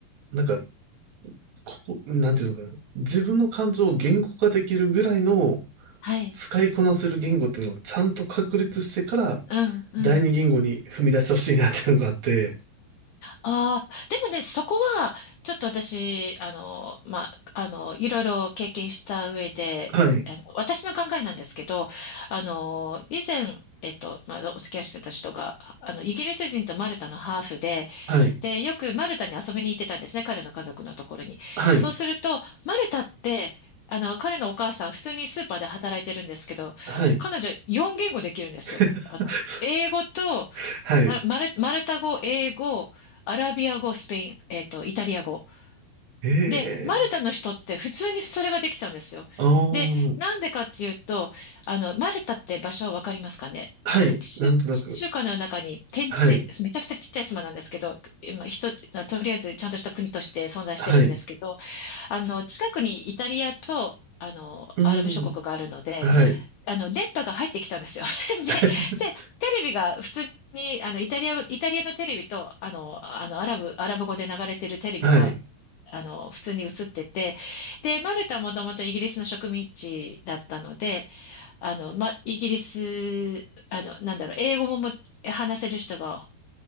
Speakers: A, on the right; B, on the left.
A: なんか、ここ、なんていうのかな、自分の感情を言語化できるぐらいの
B: はい。
A: 使いこなせる言語っていうのをちゃんと確立してから、
B: うん、うん。
A: 第二言語に踏み出してほしいなっていうのがあって、
B: ああ、でもね、そこは、ちょっと私、あの、まあ、あの、いろいろ経験した上で、
A: はい、
B: あの、私の考えなんですけど、あの、以前、えっと、まあ、お付き合いしてた人が、あの、イギリス人とマルタのハーフで、
A: はい、
B: で、よくマルタに遊びに行ってたんですね、彼の家族のところに。
A: はい、
B: そうすると、マルタって、あの、彼のお母さん、普通にスーパーで働いてるんですけど、
A: はい。
B: 彼女、4言語できるんですよ。
A: <laughs>
B: あの、英語と、
A: はい。
B: ま、マル、マルタ語、英語、アラビア語、スペイン、えっと、イタリア語。
A: ええ
B: で、マルタの人って普通にそれができちゃうんですよ。
A: ああー、
B: で、なんでかっていうと、あの、マルタって場所はわかりますかねあの、
A: はい、
B: 地中、
A: なんとなく。
B: 地中海の中に点ってめちゃくちゃちっちゃい島なんですけど、
A: はい。
B: 今、人、とりあえずちゃんとした国として存在してるんですけど、
A: はい。
B: あの、近くにイタリアと、あの、
A: うーん。
B: アラブ諸国があるので、
A: はい。
B: あの、電波が入ってきちゃうんですよ。<laughs> で、
A: <laughs>
B: で、テレビが普通に、あの、イタリア、イタリアのテレビと、あの、あの、アラブ、アラブ語で流れてるテレビが、
A: はい。
B: あの、普通に映ってて、で、マルタはもともとイギリスの植民地だったので、あの、ま、イギリス、あの、なんだろう、英語もむ話せる人が